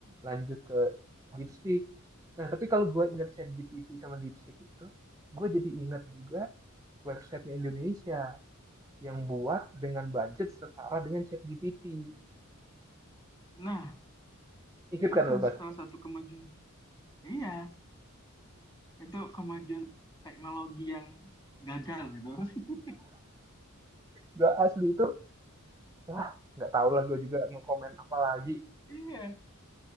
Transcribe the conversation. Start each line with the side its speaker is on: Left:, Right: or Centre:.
Right: lanjut ke DeepSeek nah tapi kalau gue ingat ChatGPT sama DeepSeek itu gue jadi ingat juga websitenya Indonesia yang buat dengan budget setara dengan ChatGPT
Left: Nah,
Right: ingat kan
Left: itu
Right: lo Bas?
Left: salah satu kemajuan. Iya, itu kemajuan teknologi yang gagal gitu. <laughs>
Right: gue asli itu wah nggak tahu lah gue juga mau komen apa lagi
Left: Iya,